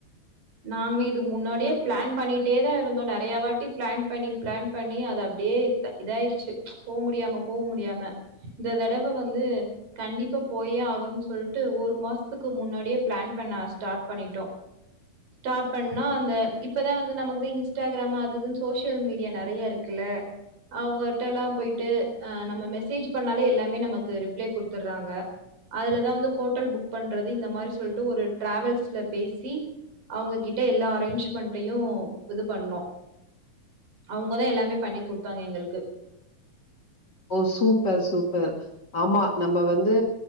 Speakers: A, on the right; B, on the left.
A: நாங்க இது முன்னாடியே பிளான் பண்ணிட்டே தான் இருந்தோ நறைய வாட்டி பிளான் பண்ணி பிளான் பண்ணி அது அப்டியே இதாயிருச்சு போ முடியாம போ முடியாம இந்த தடவ வந்து கண்டிப்பா போயே ஆகணுனு சொல்ட்டு ஒரு மாசத்துக்கு முன்னாடியே பிளான் பண்ண ஸ்டார்ட் பண்ணிட்டோ ஸ்டார்ட் பண்ணா அந்த இப்பதா வந்து நமக்கு தா இன்ஸ்டாகிராமு அதுதுன்னு சோசியல் மீடியா நறைய இருக்குல்ல அவங்கட்டலா போய்ட்டு அ நம்ம மெசேஜ் பண்ணாலே எல்லாமே நமக்கு ரிப்ளே குடுத்துடுறாங்க அதுலதா வந்து ஹோட்டல் புக் பண்றது இந்த மாரி சொல்ட்டு ஒரு டிராவல்ஸ்ல பேசி அவுங்க கிட்ட எல்லா அரேஞ்ச்மெண்ட்டயு இது பண்ணோ அவங்கதா எல்லாமே பண்ணி கொடுத்தாங்க எங்களுக்கு
B: ஓ சூப்பர் சூப்பர் ஆமா நம்ம வந்து